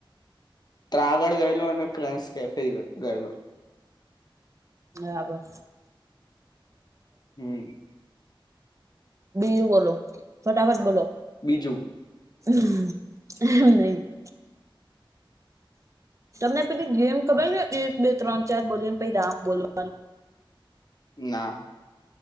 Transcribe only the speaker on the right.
બરાબર
બીજું બોલો, ફટાફટ બોલો.
<unintelligible> નહી તમને પેલી ગેમ ખબર છે? એક બે ત્રણ ચાર બોલીને પછી રામ બોલવાનું.